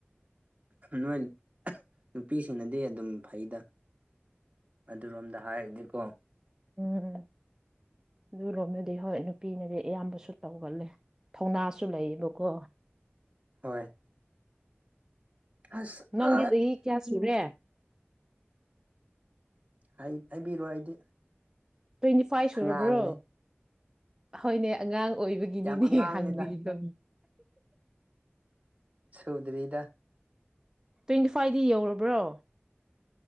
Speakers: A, on the right (about 35°); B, on the right (about 15°).
A: ꯅꯣꯏ ꯅꯨꯄꯤꯁꯤꯡꯅꯥꯗꯤ ꯑꯗꯨꯝ ꯐꯩꯗꯥ ꯑꯗꯨꯔꯣꯝꯗ ꯍꯥꯏꯔꯗꯤ ꯀꯣ
B: ꯎꯝ ꯑꯗꯨ ꯔꯣꯝ ꯗꯗꯤ ꯍꯣꯢ ꯅꯨꯄꯤ ꯅꯗꯤ ꯑꯌꯥꯝꯕꯁꯨ ꯇꯧꯒꯜꯂꯦ ꯊꯧꯅꯥ ꯁꯨ ꯂꯩꯌꯦꯕ ꯀꯣ
A: ꯍꯣꯏ ꯑꯁ
B: ꯅꯪꯗꯤ ꯆꯍꯤ ꯀꯌꯥ ꯁꯨꯔꯦ
A: ꯍꯥꯏ ꯍꯥꯏꯕꯤꯔꯣꯏ ꯑꯩꯗꯤ
B: ꯇ꯭ꯋꯦꯟꯇꯤ ꯐꯥꯏꯚ ꯁꯨꯔꯕ꯭ꯔꯣ
A: ꯑꯉꯥꯡꯅꯦ
B: ꯍꯣꯏꯅꯦ ꯑꯉꯥꯡ ꯑꯣꯏꯕꯒꯤꯅꯤꯅꯦ
A: ꯌꯥꯝ ꯑꯉꯥꯡꯅꯦꯗ
B: ꯍꯪꯕꯤꯔꯤꯗꯣ
A: ꯁꯨꯗ꯭ꯔꯤꯗ
B: ꯇ꯭ꯋꯦꯟꯇꯤ ꯐꯥꯏꯚꯗꯤ ꯌꯧꯔꯕ꯭ꯔꯣ